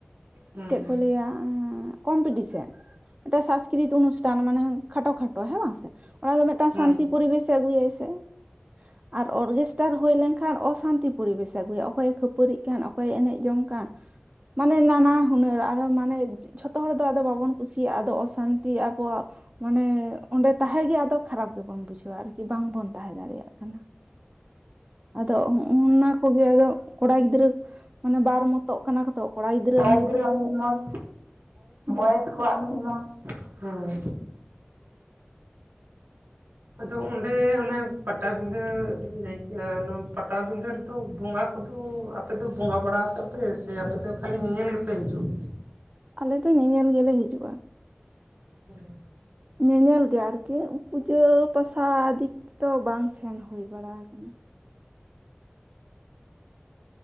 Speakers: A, on the right; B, on the right.
A: ᱦᱮᱸ
B: ᱪᱮᱫ ᱠᱚ ᱞᱟᱹᱭᱟ ᱠᱚᱢᱯᱤᱴᱤᱥᱮᱱ᱾ ᱢᱤᱜᱴᱮᱱ ᱥᱟᱥᱠᱨᱤᱛᱤ ᱚᱱᱩᱥᱴᱷ ᱢᱟᱱᱮ ᱠᱷᱟᱴᱚ ᱠᱷᱟᱴᱚ ᱦᱮᱸ ᱵᱟᱝ ᱥᱮ? ᱚᱱᱟ ᱫᱚ ᱢᱤᱫᱴᱟᱝ
A: ᱦᱮᱸ
B: ᱥᱟᱱᱛᱤ ᱯᱚᱨᱤᱵᱮᱥ ᱟᱹᱜᱩᱭᱟᱭ ᱥᱮ᱾ ᱟᱨ ᱚᱨᱜᱮᱥᱴᱟᱨ ᱦᱩᱭ ᱞᱮᱱᱠᱷᱟᱱ ᱚᱥᱟᱱᱛᱤ ᱯᱚᱨᱤᱵᱮᱥᱮ ᱟᱜᱩᱭᱟ᱾ ᱚᱠᱚᱭᱮ ᱠᱷᱟᱹᱯᱟᱹᱨᱤᱜ ᱠᱟᱱ ᱚᱠᱚᱭᱮ ᱮᱱᱮᱡ ᱡᱚᱝ ᱠᱟᱱ᱾ ᱢᱟᱱᱮ ᱱᱟᱱᱟ ᱦᱩᱱᱟᱹᱨ ᱟᱨᱚ ᱢᱟᱱᱮ ᱡᱷᱚᱛᱚ ᱦᱚᱲ ᱫᱚ ᱟᱫᱚ ᱵᱟᱵᱚᱱ ᱠᱩᱥᱤᱭᱟᱜᱼᱟ, ᱟᱫᱚ ᱚᱥᱟᱱᱛᱤ ᱟᱵᱚᱣᱟᱜ ᱢᱟᱱᱮ ᱚᱸᱰᱮ ᱛᱟᱦᱮᱸᱜᱮ ᱟᱫᱚ ᱠᱷᱟᱨᱟᱯ ᱜᱮᱵᱚᱱ ᱵᱩᱡᱷᱟᱹᱣᱟ ᱟᱨᱠᱤ, ᱵᱟᱝᱵᱚᱱ ᱛᱟᱦᱮᱸ ᱫᱟᱲᱮᱭᱟᱜ ᱠᱟᱱᱟ᱾ ᱟᱫᱚ ᱦᱚᱸᱜᱼ ᱱᱟ ᱠᱚᱜᱮ ᱟᱫᱚ ᱠᱚᱲᱟ ᱜᱤᱫᱽᱨᱟᱹ ᱢᱟᱱᱮ ᱵᱟᱨ ᱢᱚᱛᱚᱜ ᱠᱟᱱᱟ ᱠᱚᱛᱚ ᱠᱚᱲᱟ ᱜᱤᱫᱽᱨᱟᱹ
A: ᱜᱤᱫᱽᱨᱟᱹ ᱟᱜ ᱢᱤᱫ ᱢᱚᱛ ᱵᱚᱭᱮᱥ ᱠᱚᱣᱟᱜ ᱢᱤᱫ ᱢᱚᱛ᱾ᱦᱩᱸ ᱟᱫᱚ ᱚᱸᱰᱮ ᱚᱱᱮ ᱯᱟᱴᱟᱵᱤᱫᱟᱹ ᱞᱟᱹᱭ ᱠᱮᱜᱼᱟ, ᱚᱱᱟ ᱯᱟᱴᱟᱵᱤᱫᱟᱹ ᱨᱮᱫᱚ ᱵᱚᱸᱜᱟ ᱠᱚ ᱠᱚᱫᱚ ᱟᱯᱮ ᱫᱚ ᱵᱚᱸᱜᱟ ᱵᱟᱲᱟ ᱠᱟᱜ ᱯᱮ ᱥᱮ ᱟᱯᱮ ᱫᱚ ᱠᱷᱟᱹᱞᱤ ᱧᱮᱧᱮᱞ ᱜᱮᱯᱮ ᱦᱤᱡᱩᱜ?
B: ᱟᱞᱮ ᱫᱚ ᱧᱮᱧᱮᱞ ᱜᱮᱞᱮ ᱦᱤᱡᱩᱜᱼᱟ᱾
A: ᱦᱩᱸᱻ᱾
B: ᱧᱮᱧᱮᱞ ᱜᱮ ᱟᱨᱠᱤ, ᱯᱩᱡᱟᱹ ᱯᱟᱥᱟ ᱫᱤᱠ ᱛᱮᱫᱚ ᱵᱟᱝ ᱥᱮᱱ ᱦᱩᱭ ᱵᱟᱲᱟ ᱠᱟᱱᱟ᱾